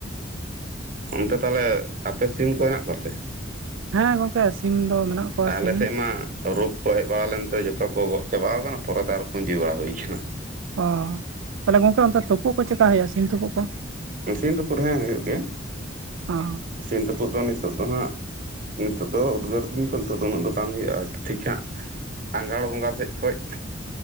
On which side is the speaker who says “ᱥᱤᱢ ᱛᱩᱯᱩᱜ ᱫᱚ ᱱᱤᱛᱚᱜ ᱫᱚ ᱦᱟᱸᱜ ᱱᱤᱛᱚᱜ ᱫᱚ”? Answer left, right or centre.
Right